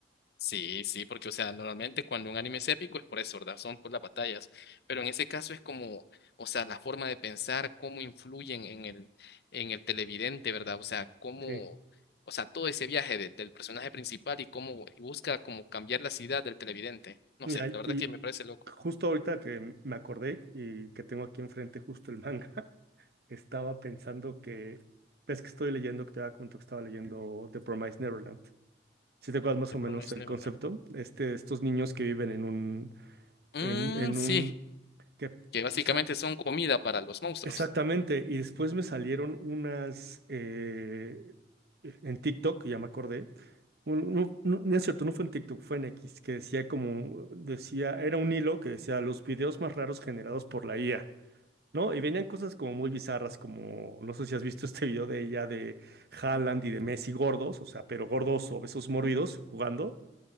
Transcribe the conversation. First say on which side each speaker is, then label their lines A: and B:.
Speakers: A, on the left (about 60°); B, on the right (about 55°).
A: Sí, sí, porque, o sea, normalmente cuando un anime es épico es por eso, ¿verdad? Son por las batallas, pero en ese caso es como, o sea, la forma de pensar, cómo influyen en el, en el televidente, ¿verdad? O sea, cómo,
B: Sí.
A: o sea, todo ese viaje de- del personaje principal y cómo y busca como cambiar la ciudad del televidente. No
B: Mira,
A: sé, la verdad
B: y
A: que me parece loco.
B: justo ahorita que me acordé y que tengo aquí enfrente justo el manga, <laughs> estaba pensando que, ves que estoy leyendo, que te había comentado que estaba leyendo The Promised Neverland. Si te acuerdas más
A: The
B: o
A: Promised
B: menos el
A: Neverland.
B: concepto, este, estos niños que viven en un,
A: Mm,
B: en, en
A: sí,
B: un, que,
A: que básicamente
B: o sea,
A: son comida para los monstruos.
B: Exactamente, y después me salieron unas eh, en TikTok, ya me acordé. un- No, no- no es cierto, no fue en TikTok, fue en X, que decía como, decía, era un hilo que decía los videos más raros generados por la IA, ¿no? Y venían cosas como muy bizarras, como, no sé si has visto este video de ella de Haaland y de Messi gordos, o sea, pero gordos, obesos, mórbidos, jugando,